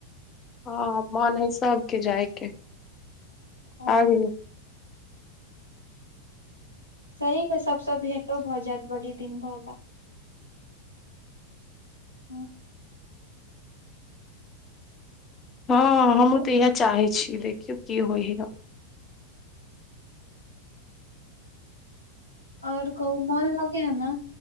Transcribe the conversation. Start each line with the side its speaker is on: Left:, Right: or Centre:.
Left: हँ मन है सबके जायके
Right: अ
Left: आ गेली
Right: सही म सबसँ भेंटो भऽ जायत बड़ी दिन भऽ गैल गेल
Left: हँ
Right: हेलो
Left: हमहुँ तऽ इहै चाहे छिये देखियौ की होइ हइ अब
Right: आओर कहू मोन लगे ह नऽ